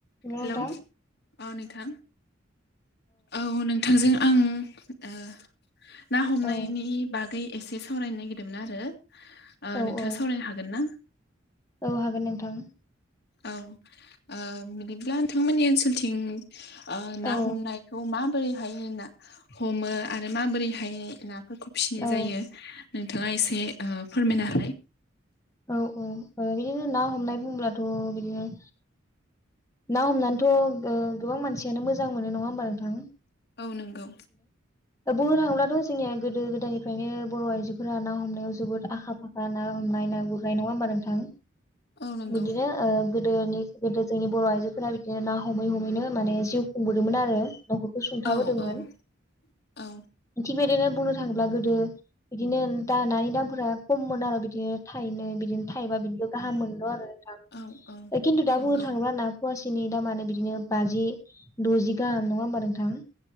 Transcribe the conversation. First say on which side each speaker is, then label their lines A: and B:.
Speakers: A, on the left; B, on the left.
A: हेल' नोंथां
B: hello औ नोंथां औ नोंथांजों आं ओ ना हमनायनि
A: औ
B: बागै एसे सावरायनो नागिरदोंमोन आरो। ओ
A: औ
B: नोंथाङा
A: औ
B: सावरायनो हागोन ना?
A: औ हागोन नोंथां।
B: औ बिदिब्ला नोंथांमोननि ओनसोलथिं ओ ना
A: औ
B: हमनायखौ माबोरैहाय ना हमो? आरो माबोरैहाय ना फोरखौ फिसिनाय
A: औ
B: जायो? नोंथाङा एसे ओ फोरमायना होलाय?
A: औ बिदिनो ना हमनाय बुंब्लाथ' बिदिनो ना हमनानैथ' ओ गोबां मानसियानो मोजां मोनो नङा होमबा नोंथां।
B: औ नंगौ।
A: दा बुंनो थाङोब्लाथ' जोंनिया गोदो गोदायनिफ्रायनो बर' आइजोफोरा ना हमनायाव जोबोद आखा फाखा ना हम नाय ना गुरनाय नङा होनबा नोंथां।
B: औ नंगौ
A: बिदिनो ओ गोदोनि गोदो जोंनि बर' आइजोफोरा बिदिनो ना हमै हमैनो माने जिउ खुंबोदोंमोन आरो। न'खरखौ सुंथाबोदोंमोन।
B: औ औ औ
A: थिग बेदिनो बुंनो थाङोब्ला गोदो बिदिनो दा नानि दामफोरा खममोन आरो बिदिनो थायनै बिदिनो थाइबा बिदिल' गाहाम मोनल' आरो। थां
B: औ औ
A: ओ खिन्थु दा
B: नंगौ
A: बुंनो थाङोबा ना माखासेनि दामानो बिदिनो बाजि द'जि गाहाम नङा होमबा नोंथां।